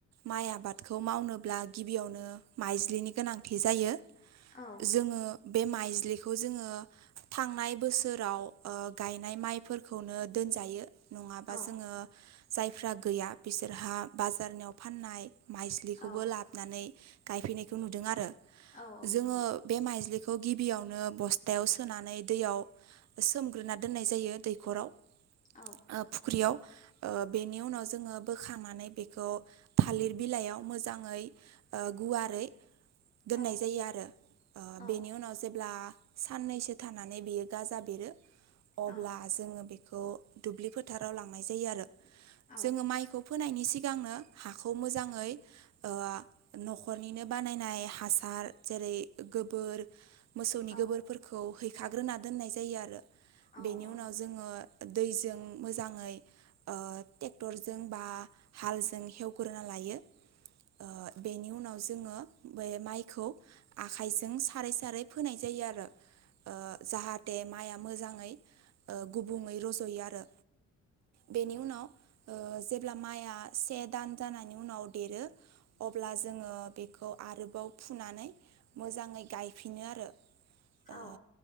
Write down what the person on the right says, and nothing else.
माइ आ बादखौ मावनोब्ला गिबियावनो माइज्लिनि गोनांथि जायो जोङो
बे माइज्लि खौ जोङो थांनाय बोसोराव ओ गायनाय माइफोरखौनो दोनजायो नङाबा
जोङो जायफ्रा गैया बिसोरहा बाजारनियाव फाननाय माइज्लिखौबो
लाबोनानै गायफैनायखौ नुदों आरो
जोङो
बे माइज्लि खौ गिबियावनो बस्थायाव सोनानै दैयाव सोमग्रोना दोननाय जायो दैखराव
ओ‌ फुख्रियाव ओ बेनि उनाव जोङो बोखांनानै बेखौ थालिर बिलाइयाव मोजाङै गुवारै दोननाय
जायो आरो
बेनि उनाव जेब्ला साननैसो थानानै बेयो गाजा बेरो अब्ला
जोङो बेखौ दुब्लि फोथाराव लांनाय जायो आरो
जोङो माइखौ फोनायनि सिगांनो हाखौ मोजाङै ओ न'खरनिनो बानायनाय हासार जेरै गोबोर मोसौनि
गोबोरफोरखौ हैखाग्रोना दोननाय जायो आरो
बेनि
उनाव जोङो दैजों मोजाङै ओ ट्रेक्टरजों बा हालजों हेवग्रोना लायो ओ बेनि उनाव जोङो बे माइखौ आखाइजों सारै सारै फोनाय जायो आरो ओ जाहाथे माइया मोजाङै ओ गुबुङै रज'यो आरो बेनि उनाव ओ जेब्ला माइआ से दान जनि उनाव देरो अब्ला जोङो बेखौ आरोबाव फुनानै मोजाङै गायफिनो आरो
ओ